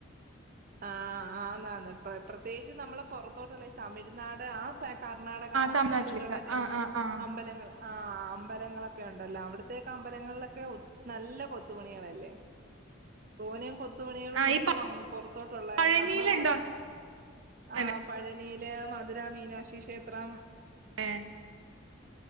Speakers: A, on the right (about 45°); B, on the right (about 85°).
A: ആഹ ആന്നന്ന് പ്രത്യേകിച്ച് നമ്മള് പുറത്തോട്ടുള്ള തമിഴ്നാട് ആ കർണ്ണാടക ആ
B: തമിഴ്നാട്ടിലേക്ക്
A: സൈഡിലുള്ള ടെ
B: ആ ആ ആ
A: അമ്പലങ്ങള ആ അമ്പലങ്ങളൊക്കെ ഉണ്ടല്ലോ അവിടത്തേക്ക മ്പലങ്ങളിലൊക്കെ നല്ല കൊത്തുപണികളല്ലേ തോനും കൊ പത്ത് മണികളൾ
B: ആ
A: മൊത്തം
B: ഈ
A: അ പുറത്തോട്ടുള്ള
B: പഴനിയിലുണ്ടോ
A: നമ്മളെ,
B: അങ്ങനെ
A: ആ പഴനിയിലെ മധുര മീനാക്ഷി ക്ഷേത്രം
B: ഏ